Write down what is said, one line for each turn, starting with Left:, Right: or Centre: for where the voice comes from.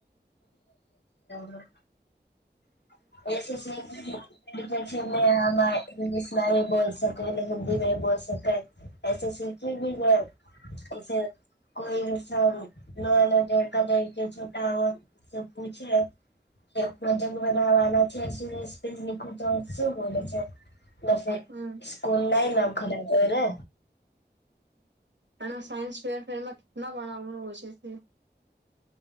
Left: <inaudible> <unintelligible> ને પછી મેં એમાંઈગ્લિશમાં બોલ સકે હિન્દીમાં બોલ સકે એ સીખી ભી ગય એ કોઈ ઇસ ન ન દિડકા દેડકી છટા હો પૂછે કે પ્રોજેક્ટ બનાવા છે લીખુ તો સુ બોલે છે. નફે
Right: હમ
Left: સ્કૂલ નાય ન ખલા ત્યારે
Right: પણ સાયન્સ ફેર ફેરમાં કેટલા વણાવું હોય છે. હ